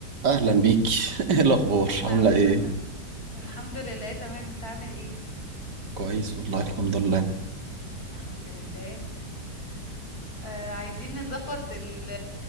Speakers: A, on the right (about 80°); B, on the left (about 60°).
A: اهلا بيك <laughs> ايه الاخبار
B: اهلا
A: عامله ايه
B: وسهلا الحمد لله تمام انت عامل ايه
A: كويس والله الحمد لله
B: الحمد لله آه عايزين نظبط ال-